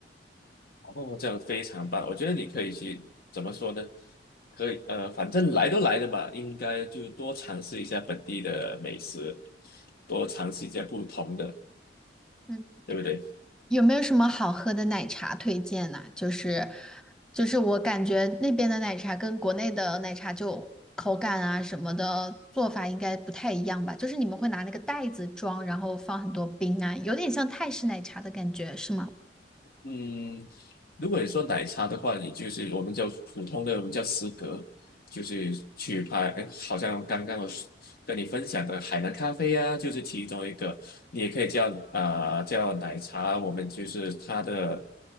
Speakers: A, on the left (about 60°); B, in the centre.
A: 哦，这样非常棒。我觉得你可以去怎么说呢？可以呃，反正来都来了嘛，应该就多尝试一下本地的美食，多尝试一下不同的，
B: 嗯。
A: 对不对？
B: 有没有什么好喝的奶茶推荐呢、就是就是我感觉那边的奶茶跟国内的奶茶就口感啊什么的做法应该不太一样吧？就是你们会拿那个袋子装，然后放很多冰啊，有点像泰式奶茶的感觉，是吗？
A: 嗯，如果你说奶茶的话，你就是我们叫普通的，我们叫司格，就是去拍，哎，好像刚刚我是跟你分享的海南咖啡啊，就是其中一个，你也可以叫啊、呃叫奶茶，我们就是它的